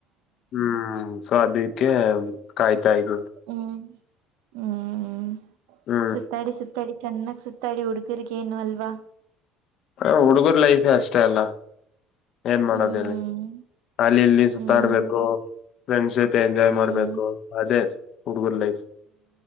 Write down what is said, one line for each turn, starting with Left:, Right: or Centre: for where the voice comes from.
Left: ಹ್ಮ್ ಸೊ ಅದಕ್ಕೆ ಕಾಯ್ತಾಇದೀನಿ.
Right: ಹ್ಮ್ ಹ್ಮ್್ಮ
Left: ಹ್ಮ್
Right: ಸುತ್ತಾಡಿ ಸುತ್ತಾಡಿ ಚೆನ್ನಾಗ್ ಸುತ್ತಾಡಿ ಹುಡ್ಗುರ್ಗೇನು ಅಲ್ವಾ.
Left: ಹ ಹುಡುಗರ್ ಲೈಫೇ ಅಷ್ಟೇ ಅಲ್ಲ ಏನ್ ಮಾಡೋದ
Right: ಹ್ಮ್
Left: ಹೇಳಿ ಅಲ್ಲಿ ಇಲ್ಲಿ
Right: ಹ್ಮ್
Left: ಸುತ್ತಾಡ್ಬೇಕು ಫ್ರೆಂಡ್ಸ್ ಜೊತೆ ಎಂಜಾಯ್
Right: ಹ್ಮ್
Left: ಮಾಡ್ಬೇಕು ಅದೇ ಹುಡುಗುರ್ ಲೈಫ್